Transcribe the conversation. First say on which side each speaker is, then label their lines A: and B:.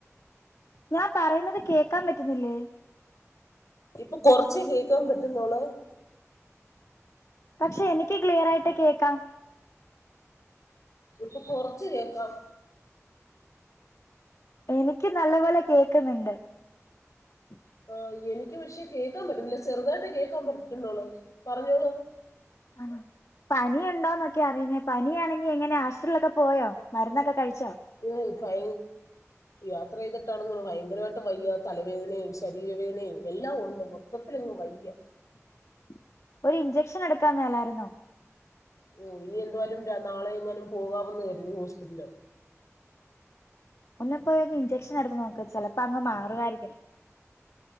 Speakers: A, on the left; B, on the left.
A: ഞാൻ പറയുന്നത് കേക്കാൻ പറ്റുന്നില്ലേ
B: ഇപ്പൊ കൊറച്ച കേക്കാൻ പറ്റുന്നോള
A: പക്ഷെ എനിക്ക് ക്ലിയർായിട്ട് കേക്കാം
B: ഇപ്പൊ കൊറച്ച് കേക്കാം
A: എനിക്ക് നല്ല പോലെ കേക്കുന്നുണ്ട് ഉ
B: ആഹ് എനിക്ക് പക്ഷേ കേക്കാൻ പറ്റുന്നില്ല ചെറുതായിട്ട് കേൾക്കാൻ പറ്റുന്നോളു പറഞ്ഞോളു
A: ആണോ പനിയ ഉണ്ടോന്നൊക്കെ അറിയിഞ്ഞ പനിയാണെങ്കി എങ്ങനെ ആശുപത്രിലൊക്കെ പോയോ മരുന്നൊക്കെ കഴിച്ചോ
B: മം ഫൈ യാത്ര ചെയ്തിട്ട് ആണ് ഭയങ്കരമായിട്ട് വയ്യ തലവേദനയും ശരീരവേദനയും എല്ലാം ഉണ്ട് മൊത്തത്തിലങ്ങ് വയ്യ
A: <unintelligible> ഒരു ഇഞ്ചക്ഷൻ എടുക്കാൻ മേലായിരു ന്നോ
B: ഓ ഇനി എന്തായാലും നാളെ എങ്ങാലും പോകാവെന്ന് വരീ ഹോസ്പിറ്റല്
A: ഒന്ന്‌ പോയി ഒരു ഇഞ്ചക്ഷൻ എടുത്ത് നോക്ക് ചെലപ്പോ അങ്ങ് മാറുവാ യിരിക്കും